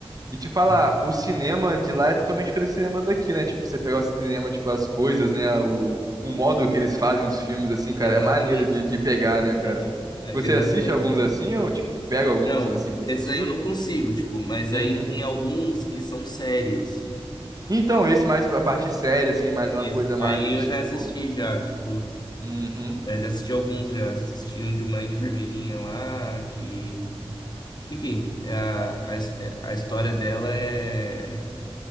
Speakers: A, on the right; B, on the left.
A: E te falar,
B: Mas-
A: o cinema de lá é totalmente diferente do cinema daqui, né? Tipo, você pegar o cinema, tipo, as coisas, né? O, o modo que eles fazem os filmes, assim, cara,
B: Exatamente.
A: é maneiro de, de pegar,
B: Exatamente.
A: né, cara?
B: É,
A: Você
B: exatamente.
A: assiste alguns assim, ou, tipo, pega alguns
B: Não,
A: assim pra
B: esses
A: assistir?
B: aí eu não consigo, tipo, mas aí
A: Uhum.
B: tem alguns que são sérios.
A: Então, esse mais a parte séria, assim, mais uma
B: Isso.
A: coisa mais,
B: Aí eu
A: tipo.
B: já assisti já, tipo.
A: Uhum.
B: Eu já assisti alguns, já assisti um de uma enfermeirinha lá que. Enfim, a, a, his- a história dela é.